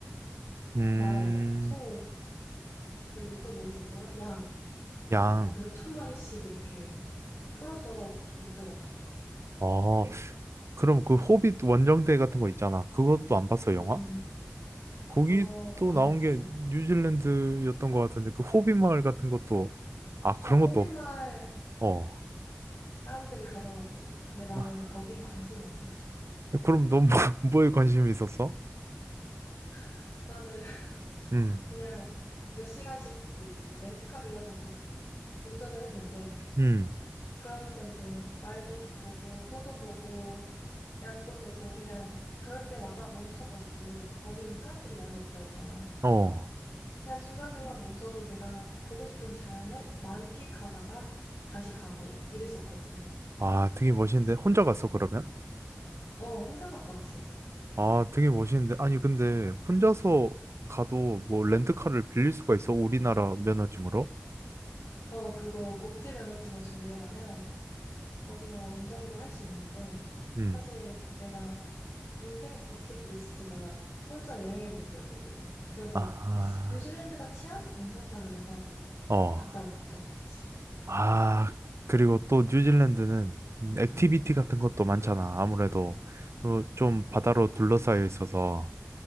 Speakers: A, on the right (about 70°); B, on the left (about 80°).
A: 음,
B: 말, 소, 그리고 또 뭐 있었더라? 양.
A: 양.
B: 그래서 몇천 마리씩 이렇게 풀어져 있더라고.
A: 어, 네. 그럼 그 호빗 원정대 같은 거 있잖아. 그것도 안 봤어, 영화?
B: 응응.
A: 거기
B: 어,
A: 또
B: 안
A: 나온
B: 봤어.
A: 게 뉴질랜드였던 것 같은데, 그 호빗 마을 같은 것도, 아, 그런
B: 아, 호빗마을
A: 것도, 없- 어.
B: 사람들이 가더라고. 근데 나는
A: 아,
B: 거긴 관심이 없었어.
A: 그럼 넌 뭐, <laughs> 뭐에 관심이 있었어?
B: <laughs> 나는 <laughs>
A: 음,
B: 그냥 몇 시간씩 그 렌트카 빌려서 계속 운전을 했는데,
A: 음,
B: 그러면서 이제 말도 보고, 소도 보고, 양도 보고, 그냥 그럴 때마다 멈춰가지고, 거기는 사람들이 많이 없다 했잖아.
A: 어.
B: 내가 중간중간 멈춰서 내가 보고 싶은 자연을 만끽하다가 다시 가고 이랬었거든.
A: 아, 되게 멋있는데. 혼자 갔어, 그러면?
B: 어, 혼자 갔다 왔어.
A: 아, 되게 멋있는데. 아니, 근데 혼자서 가도 뭐 렌트카를 빌릴 수가 있어? 우리나라 면허증으로?
B: 어, 그거 국제 면허증을 준비해 가면 거기서 운전도 할 수 있는데
A: 음.
B: 사실 내가 인생 버킷리스트가 혼자 여행해 보기였거든. 그래서
A: 아,
B: 뉴질랜드가 치안도 괜찮다 그래서
A: 아, 어.
B: 갔다 왔던 거지.
A: 아, 그리고 또 뉴질랜드는 액티비티 같은 것도 많잖아. 아무래도 어, 좀 바다로 둘러싸여 있어서.